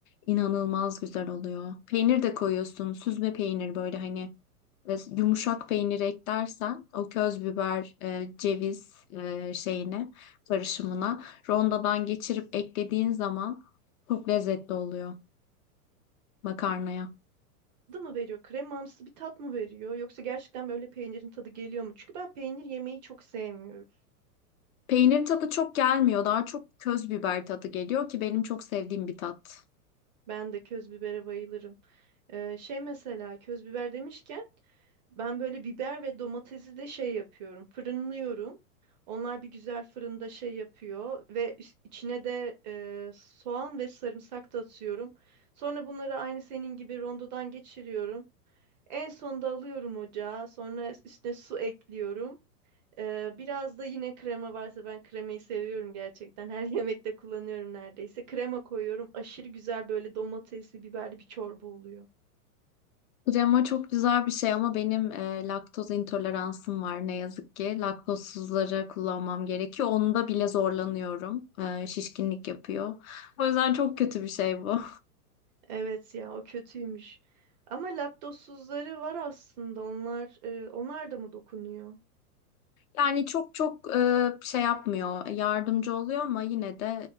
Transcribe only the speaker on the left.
inanılmaz güzel oluyor. Peynir de koyuyorsun, süzme peynir böyle hani e, yumuşak peynir eklersen o köz biber, e, ceviz e, şeyine, karışımına rondodan geçirip eklediğin zaman çok lezzetli oluyor makarnaya.
Peynir tadı çok gelmiyor. Daha çok köz biber tadı geliyor ki benim çok sevdiğim bir tat.
Krema çok güzel bir şey ama benim e, laktoz intoleransım var ne yazık ki. Laktozsuzları kullanmam gerekiyor. Onda bile zorlanıyorum. E, şişkinlik yapıyor. O yüzden çok kötü bir şey bu.
Yani çok çok e, şey yapmıyor, yardımcı oluyor ama yine de